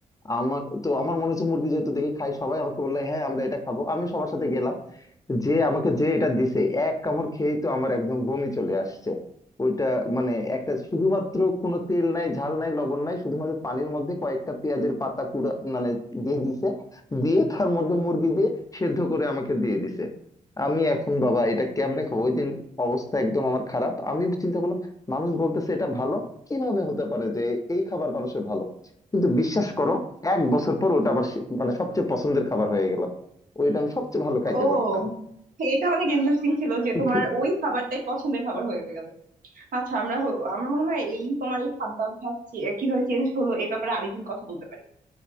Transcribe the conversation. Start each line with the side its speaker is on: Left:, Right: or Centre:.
Left: আমার তো আমার মনে হচ্ছে মুরগি যেহেতু দেখি খাই সবাই আমাকে বললো হ্যাঁ আমরা এটা খাবো আমি সবার সাথে গেলাম যে আমাকে যে এটা দিছে এক কামড় খেয়েই তো আমার একদম বমি চলে আসছে ওইটা মানে একটা শুধুমাত্র কোনো তেল নাই ঝাল নাই লবণ নাই শুধুমাত্র পানির মধ্যে কয়েকটা পেঁয়াজের পাতা কুড়া মানে দিয়ে দিছে দিয়ে তার মধ্যে মুরগি দিয়ে সেদ্ধ করে আমাকে দিয়ে দিছে আমি এখন বাবা এটা কেমনে খাবো ওই দিন অবস্থা একদম আমার খারাপ আমি চিন্তা করলাম মানুষ বলতেছে এটা ভালো কিভাবে হতে পারে যে এই খাবার মানুষের ভালো কিন্তু বিশ্বাস করো এক বছর পর ওটা আবার সে- মানে সবচেয়ে পছন্দের খাবার হয়ে গেল ওইটা আমি সবচেয়ে ভালো খাইতে
Right: ও
Left: পারতাম
Right: এটা অনেক ইন্টারেস্টিং ছিল যে
Left: হ্যাঁ
Right: তোমার ওই খাবারটাই পছন্দের খাবার হয়ে গেল আচ্ছা আমরা হ- আমার মনে হয় এই তোমার এই খাদ্যাভ্যাস চে- কিভাবে চেঞ্জ হলো এই ব্যাপারে আরেকদিন কথা বলতে পারি